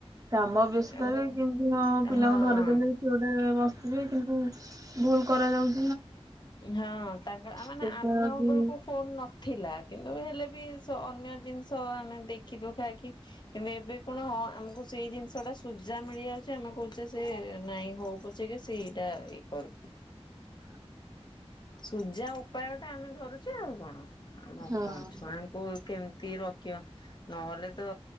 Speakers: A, on the right; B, on the left.
A: କାମ ବ୍ୟସ୍ତରେ
B: ଆଉ
A: କେମିତି ହଁ ପିଲାଙ୍କୁ
B: ହଁ
A: ଧରିଦେଲେ ସେ ଗୋଟେ ବସିଥିବେ କିନ୍ତୁ ଭୁଲ କରାଯାଉ
B: ଇଁ ହଁ ତାଙ୍କ ଆ ମାନେ
A: ସେଟା
B: ଆମ
A: ବି
B: ବେଳକୁ ଫୋନ ନଥିଲା କିନ୍ତୁ ହେଲେ ବି ସ ଅନ୍ୟ ଜିନିଷ ଆମେ ଦେଖି ଦଉ ଖାଇକି କିନ୍ତୁ ଏବେ କଣ ହଁ ଆମୁକୁ ସେଇ ଜିନିଷ ଟା ସୁଜା ମିଳିଯାଉଛି ଆମେ କହୁଛେ ସେ ନାଇଁ ହଉ ପଛେକେ ସିଏ ଏଇଟା ଇ କରୁ।
A: <inaudible>
B: ସୁଜା ଉପାୟ ଟା ଆମେ ଧରୁଛେ ଆଉ କଣ। ଆଉ
A: ହଁ।
B: କଣ ଛୁଆଙ୍କୁ କେମ କିଏ ରଖିବ ନହେଲେ ତ